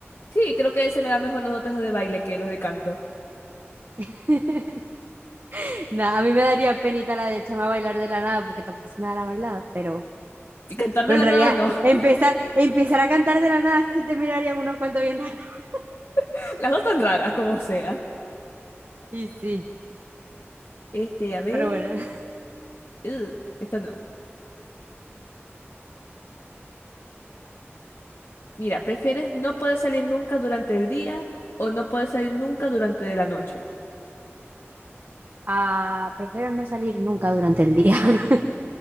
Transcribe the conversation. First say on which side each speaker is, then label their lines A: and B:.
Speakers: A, on the left (about 60°); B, on the right (about 50°).
A: Sí, creo que se me da mejor los dotes de baile que los de canto.
B: <laughs> No, a mí me daría penita la de echarme a bailar de la nada porque tampoco se me da la bailada, pero,
A: Y cantar
B: pero
A: de la
B: en realidad
A: nada no.
B: empezar, empezar a cantar de la nada sí te mirarían unos cuantos bien raros. <laughs>
A: <laughs> Las dos tan raras como sea.
B: Y sí,
A: Este, a ver.
B: pero bueno. <laughs>
A: Ugh, esta no. Mira, ¿prefieres no poder salir nunca durante el día o no poder salir nunca durante la noche?
B: Ah, prefiero no salir nunca durante el día. <laughs>